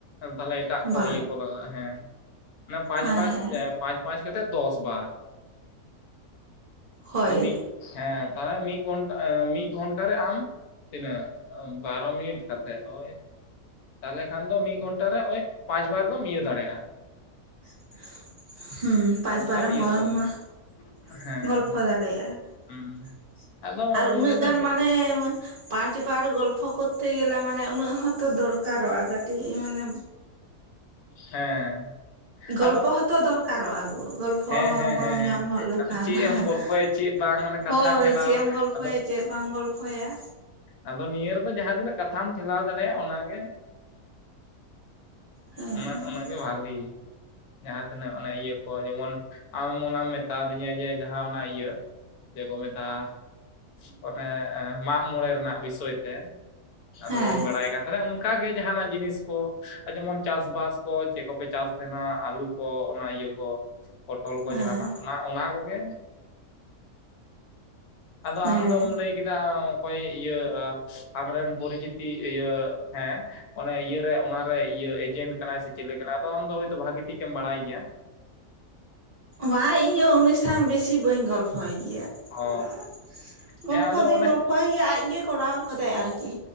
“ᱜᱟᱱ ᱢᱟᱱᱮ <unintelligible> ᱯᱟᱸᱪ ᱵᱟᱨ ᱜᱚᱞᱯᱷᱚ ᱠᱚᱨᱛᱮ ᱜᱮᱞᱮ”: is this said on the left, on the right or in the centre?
Right